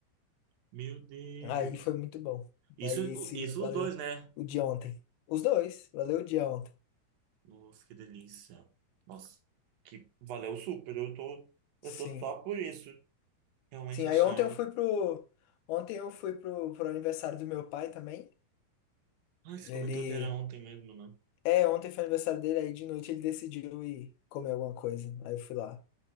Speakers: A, on the right (about 75°); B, on the left (about 85°).
A: Meu Deus.
B: Aí foi muito bom.
A: Isso,
B: Aí esse
A: o- isso
B: valeu
A: os dois, né?
B: o dia ontem. Os dois, valeu o dia ontem.
A: Nossa, que delícia. Nossa. Que valeu super. Eu tô,
B: Sim.
A: eu tô só por isso. Realmente
B: Sim,
A: achar.
B: aí ontem eu fui pro ontem eu fui pro, pro aniversário do meu pai também.
A: Ah, você
B: Ele
A: comentou que era ontem mesmo, né?
B: é, ontem foi aniversário dele, aí de noite ele decidiu ir comer alguma coisa. Aí eu fui lá.